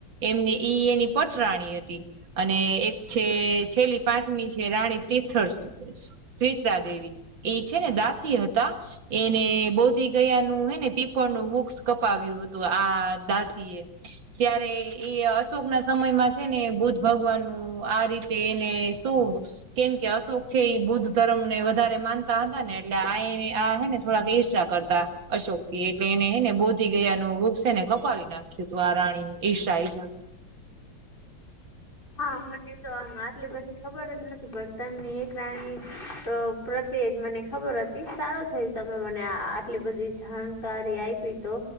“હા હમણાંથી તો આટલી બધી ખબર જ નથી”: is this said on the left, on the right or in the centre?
Left